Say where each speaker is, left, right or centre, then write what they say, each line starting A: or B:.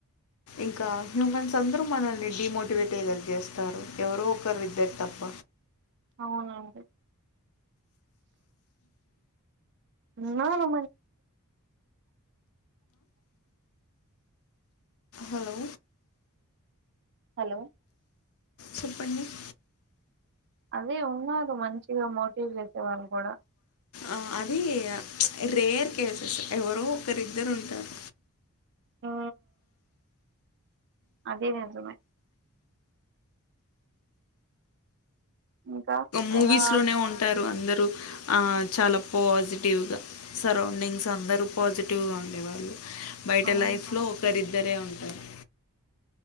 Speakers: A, on the left; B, on the right.
A: ఇంకా హ్యూమన్స్ అందరూ మనల్ని డిమోటివేట్ ఏ కదా చేస్తారు ఎవరో ఒకరు ఇద్దరు తప్ప
B: అవునండి ఉన్నారు
A: హలో
B: హలో
A: చెప్పండి
B: అదే ఉన్నారు మంచిగా మోటివేట్ చేసే వాళ్ళు కూడా
A: ఆ, అది రేర్ కేసెస్ ఎవరో ఒకరిద్దరు ఉంటారు
B: ఆ అది నిజమే ఇంకా
A: మూవీస్
B: ఎలా
A: లోనే ఉంటారు అందరు చాలా పాజిటివ్గా సరౌండింగ్స్ అందరూ పాజిటివ్గా ఉండేవాళ్ళు బయట
B: అవును
A: లైఫ్ లో ఒకరిద్దరే ఉంటారు